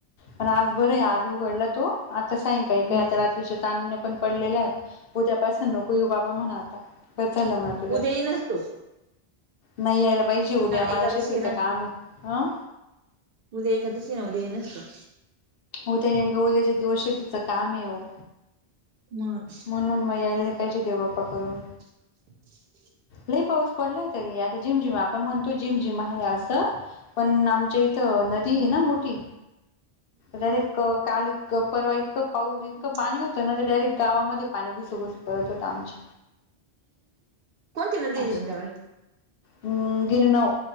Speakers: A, on the left; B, on the right.
A: पण आज बरं आहे आज उघडला तो आता सायंकाळी काय
B: हम्म.
A: आता रात ञीच्या चांदण्या पण पडलेले आहेत उद्या पासून नको येवू बाबा म्हणा आता बरं चाललं म्हणा तुझ
B: उद्या येईनच तो
A: नाही यायला पाहिजे उद्या मला
B: एकादशी
A: शेतीचं
B: आहे ना
A: काम आहे आ
B: उद्या एकादशी ना उद्या येणार का?
A: उद्या येऊन मग उद्या दिवस शेतीचं काम आहे ओ
B: मग
A: म्हणून म यायला नाई पाहिजे देव बाप्पा करून
B: <unintelligible>
A: लई पाऊस पडलायं तरी, आता झिम- झिम आपण म्हणतो झिम -झिम आहे असं. पण आमच्या इथं नदी आहे ना मोठी डायरेक्ट काल इतकं, परवा इतकं पाऊस इतकं
B: हम्म
A: पाणी होतं ना ते डायरेक्ट गावामध्ये पाणी घुसू-घुसू करत होतं आमचे
B: कोणती नदी आहे
A: अस
B: तुमच्याकडे
A: हूं.. गिरणव,